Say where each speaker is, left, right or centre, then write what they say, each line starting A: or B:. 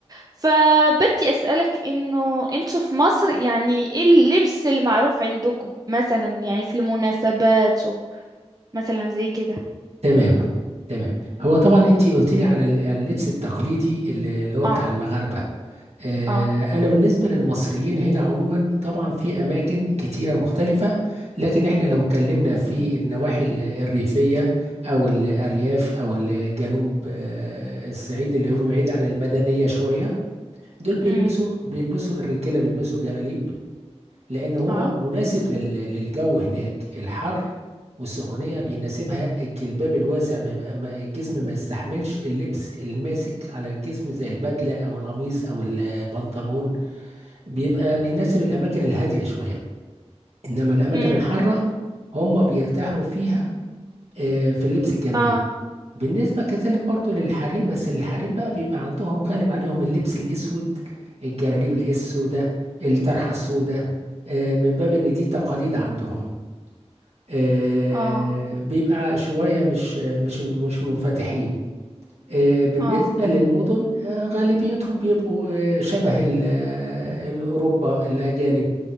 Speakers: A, on the right; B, on the right.
A: فبدي أسألك إنه أنتوا في مصر يعني إيه اللبس المعروف عندكم مثلا يعني في المناسبات و- مثلا زي كده
B: تمام تمام هو طبعا انت قلت لي على ال- اللبس التقليدي اللي اللي هو بتاع
A: آه
B: المغاربه آه،
A: آه
B: انا بالنسبه للمصريين هنا عموما طبعا في اماكن كتيره مختلفه لكن احنا لو اتكلمنا في النواحي ال- الريفيه او الارياف او الجنوب آه، الصعيد اللي هو بعيد عن المدنيه شويه دول بيلبسوا
A: أمم
B: بيلبسوا الرجاله بيلبسوا جلاليب لأن هو
A: آه
B: مناسب لل- للجو هناك الحر والسخونية بيناسبها الجلباب الواسع ما يبقى ما الجسم ما يستحملش اللبس الماسك على الجسم زي البدلة أو القميص أو البنطلون بيبقى بيناسب الأماكن الهادية شوية إنما الأماكن
A: أمم
B: الحارة هم بيرتاحوا فيها آه، في اللبس الجلاليب
A: آه
B: بالنسبة كذلك برضو للحريم بس الحريم بقى بيبقى عندهم غالب عليهم اللبس الأسود الجلاليب السوداء الطرحة السوداء آه، من باب إن دي تقاليد عندهم آه،
A: آه
B: بيبقى شوية مش مش مش منفتحين آه، بالنسبة
A: آه
B: للمدن آه، غالبيتهم بيبقوا آه، شبه ال- آه، الأوروبا الأجانب